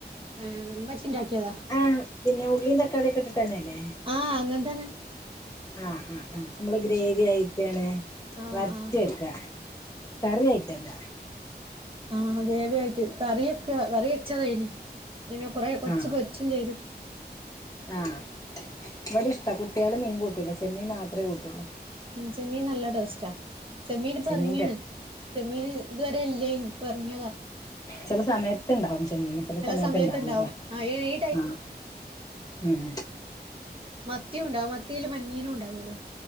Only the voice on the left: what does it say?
ആഹ് പിന്നെ ഉള്ളീം തക്കാളിയൊക്കെ ഇട്ടിട്ടന്നല്ലേ
ആഹ് -ആ -ആ-മ്മള് ഗ്രേവി ആയിട്ടാണ്
വരട്ടി
വെക്കാ കറിയായിട്ടല്ല
ആഹ്
ആഹ് ഇവിടെ ഇഷ്ടാ കുട്ടിയള് മീൻ കൂട്ടൂല ചെമ്മീൻ മാത്രേ കൂട്ടുള്ളൂ
ചെമ്മീന്റെ
ചെല സമയത്ത്ണ്ടാവും ചെമ്മീന് ചെല സമയത്ത്
ണ്ടാവൂല്ല
ആ ഉം